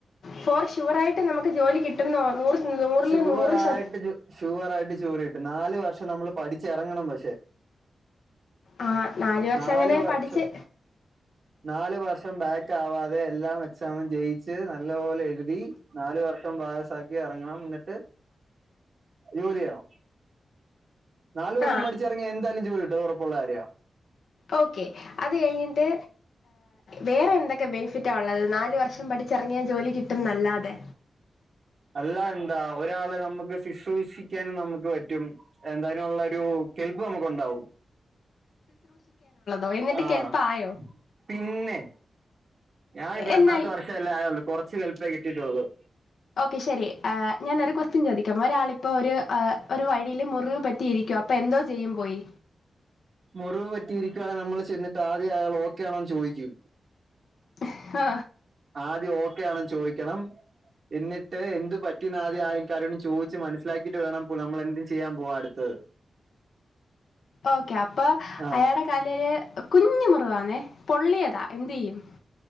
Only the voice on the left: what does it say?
ഫോർ ഷുവർ ആയിട്ട് നമുക്ക് ജോലി കിട്ടുന്നോ നൂറ് നൂറിൽ
നൂറ് ശത
ആ വർഷം
അങ്ങനെ
പഠിച്ച്
ആ
ഓക്കെ അത് കഴിഞ്ഞിട്ട് വേറെന്താ ന്തൊക്കെ ബെനിഫിറ്റാ ഉള്ളത് നാല് വർഷം പഠിച്ചിറങ്ങിയാൽ ജോലി കിട്ടും നല്ലാതെ
ഓ എന്നിട്ട്
കെൽപ്പ് ആയോ
എന്നായി
ഓക്കെ ശരി ആ ഞാനൊരു ക്വസ്റ്റ്യൻ ചോദിക്കാം ഒരാളിപ്പോ അപ്പോൾ ഒരു ഒരു വഴിൽ മുറിവ് പറ്റിയിരിക്കുവ അപ്പോ എന്തോ ചെയ്യും പോയി
ഹ് ഹാ
ഓക്കെ അപ്പൊ
അയാൾടെ കാലേല് കുഞ്ഞ് മുറിവാന്നെ പൊള്ളിയതാ എന്തേയ്യും